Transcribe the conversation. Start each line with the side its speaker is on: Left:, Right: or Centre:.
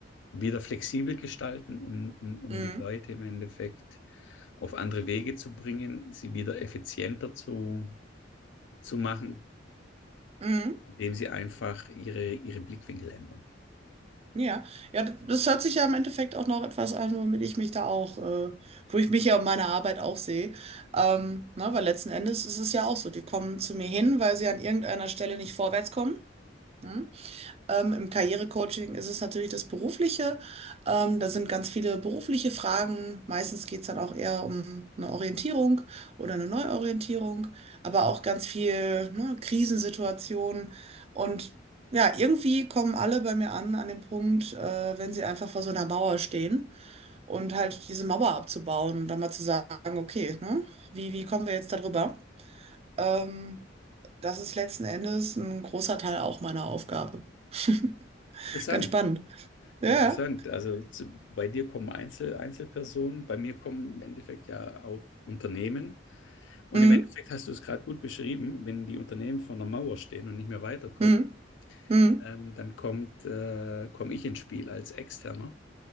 Left: wieder flexibel gestalten, um, um, um
Right: Mhm,
Left: die Leute im Endeffekt auf andere Wege zu bringen, sie wieder effizienter zu, zu machen,
Right: mhm.
Left: indem sie einfach ihre, ihre Blickwinkel ändern.
Right: Ja, ja, d- das hört sich ja im Endeffekt auch noch etwas an, womit ich mich da auch, äh, wo ich mich ja um meine Arbeit auch sehe. Ähm, na, weil letzten Endes ist es ja auch so, die kommen zu mir hin, weil sie an irgendeiner Stelle nicht vorwärts kommen. ne? Ähm, im Karrierecoaching ist es natürlich das Berufliche. Ähm, da sind ganz viele berufliche Fragen. Meistens geht es dann auch eher um eine Orientierung oder eine Neuorientierung, aber auch ganz viel, ne, Krisensituationen. Und ja, irgendwie kommen alle bei mir an, an den Punkt, äh, wenn sie einfach vor so einer Mauer stehen und halt diese Mauer abzubauen und dann mal zu sagen, okay, ne, wie, wie kommen wir jetzt darüber? Ähm, das ist letzten Endes ein großer Teil auch meiner Aufgabe. <laughs>
Left: Interessant.
Right: Ganz spannend. Ja.
Left: Interessant.
Right: ja.
Left: Also zu, bei dir kommen Einzel, Einzelpersonen, bei mir kommen im Endeffekt ja auch Unternehmen. Und
Right: Mhm.
Left: im Endeffekt hast du es gerade gut beschrieben, wenn die Unternehmen vor einer Mauer stehen und nicht mehr weiterkommen,
Right: Mhm. Mhm.
Left: ähm, dann kommt, äh, komme ich ins Spiel als Externer,